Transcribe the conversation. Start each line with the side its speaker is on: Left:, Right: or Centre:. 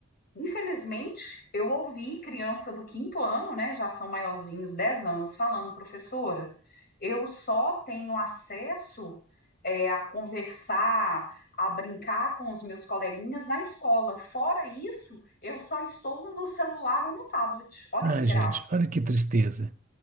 Left: Infelizmente, eu ouvi criança do quinto ano, né, já são maiorzinhos, 10 anos, falando, professora, eu só tenho acesso é, a conversar, a brincar com os meus coleguinhas na escola. Fora isso, eu só estou no celular ou no tablet. Olha
Right: Ah,
Left: que grave.
Right: gente, olha que tristeza.